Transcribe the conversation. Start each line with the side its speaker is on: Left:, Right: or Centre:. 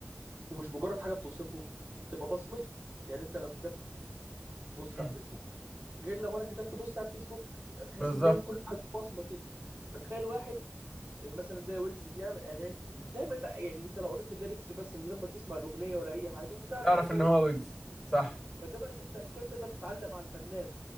Right: ومش مجرد حاجه بتوصفه بتبقى بصمته يعني انت لو كتبت بوست
Centre: مم.
Right: على الفيسبوك غير لو انا كتبت بوست على الفيسبوك هتحس
Centre: بالظبط
Right: ان دايما كل واحد بصمه كده فتخيل واحد مثلا زي ويجز بيعمل اغاني دايما بقى يعني انت لو قريت الليركس بس من غير ما تسمع الاغنيه ولا اي حاجه هتعرف
Centre: تعرف
Right: ان ده
Centre: ان
Right: ويجز
Centre: هو ويجز صح
Right: فده بقى اللي انت عشان كده بتقدر تتعلق مع الفنان